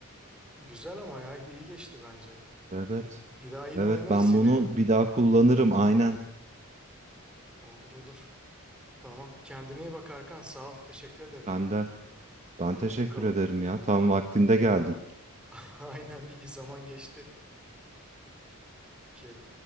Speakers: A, in the centre; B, on the right.
A: Güzel ama ya iyi geçti bence.
B: Evet.
A: Bir daha yine
B: Evet
A: oynarız
B: ben
A: yine
B: bunu
A: ya.
B: bir daha kullanırım aynen.
A: Olur olur. Tamam. Kendine iyi bak Arkan. Sağ ol. Teşekkür ederim.
B: Sen de. Ben
A: Hadi
B: teşekkür
A: bakalım.
B: ederim ya. Tam vaktinde geldin.
A: <laughs> Aynen iyi zaman geçti. Okey.